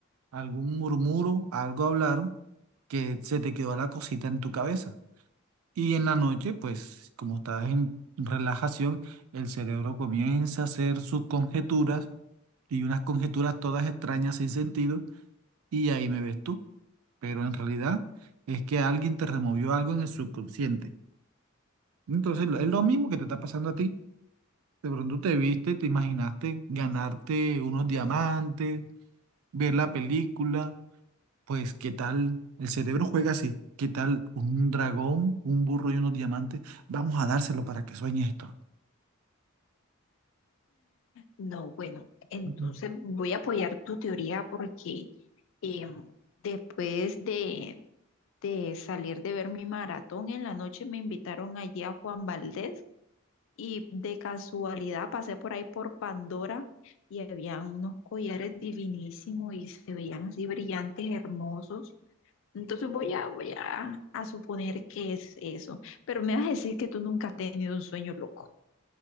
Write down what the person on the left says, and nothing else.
No, bueno, entonces
voy a apoyar tu teoría porque Em, después de, de salir de ver mi maratón en la noche, me invitaron allí a Juan Valdés y de casualidad pasé por ahí por Pandora y habían unos collares divinísimos y se veían así brillantes, hermosos. Entonces voy a, voy a, a suponer que es eso. Pero me vas a decir que tú nunca has tenido un sueño loco.